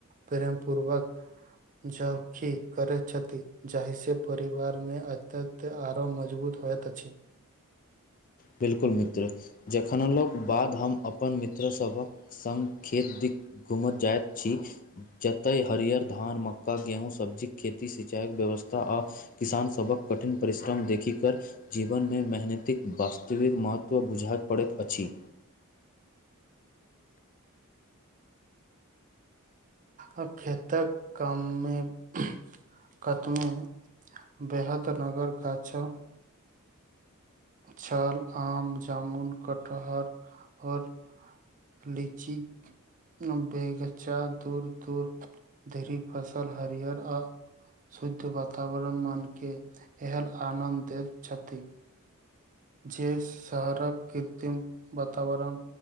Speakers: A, on the right; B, on the left.
A: प्रेम पूर्वक जब की करैत छथि जाहि से परिवार में अत्यत आरो मजबूत होइत अछि
B: बिल्कुल मित्र जखन लोक बाद हम अपन मित्र सभ हक संग खेत दी घुमै जाइत छी जतै हरियर धान मक्का गेहूँ सब्जी केँ खेती सिंचाइ कऽ व्यवस्था आ किसान सभ हक कठिन परिश्रम देखि कर जीवन में मेहनतिक वा स्तविक महत्व बुझा पड़ैत अछि
A: आ खेत कऽ काम में <unintelligible> बेहद नगर गाछ छल आम जामुन कटहर और लीचि कऽ बेगचा दूर दूर धरी फसल हरियर आ शुद्ध वातावरण मान केँ एहन आनन्द दैत छथि जे शहर कऽ कृत्रिम वातावरण